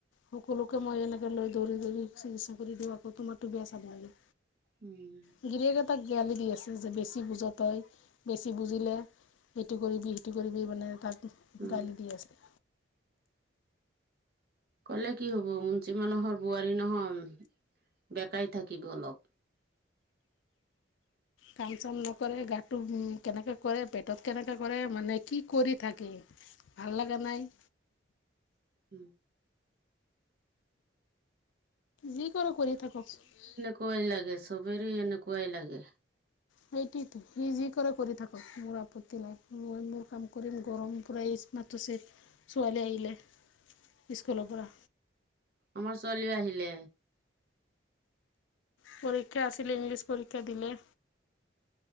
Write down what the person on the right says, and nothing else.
উমঁ!
উম
ক'লে কি হ'ব যি মানুহৰ বোৱাৰী নহয় বেকাই থাকিব অলপ।
উমঁ!
ভয় লাগে চবেৰে এনে কুৱাই লাগে।
আমাৰ ছোৱালী আহিলে।